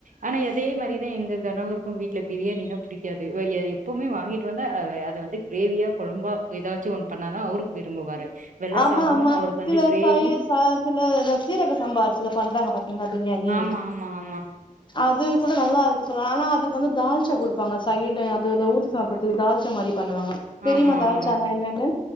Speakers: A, on the right; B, on the left.
A: ஆனா அதே மாரிதா எங்க கணவருக்கூ வீட்ல பிரியாணின்னா புடிக்காது எப்பவுமே வாங்கிட்டு வந்தா அதது வந்து கிரேவியா கொழும்பா ஏதாச்சு ஒண்ணு பண்ணாதா அவருக் விரும்புவாரு வெள்ள
B: ஆமா
A: சாதோ
B: ஆமா
A: அவருக்கு
B: சில
A: வந்து கிரேவி
B: சய்ய ச சில த சீரக சம்பா அரிசில பண்றாங்க பாத் எங்களூக்னே நீ
A: ஆமா ஆமா ஆமா
B: அது கூட நல்லாருக்கு சொல்ல ஆனா அதுக்கு வந்து தால்சா குடுப்பாங்க சைடு அதுவ்ல ஊருத் சாப்பட்றதுக்கு தாழ்ச்சா மாரி பண்ணுவாங்க தெரியுமா
A: ஆமா
B: தால்ச்சானா
A: ஆமா
B: என்னன்னு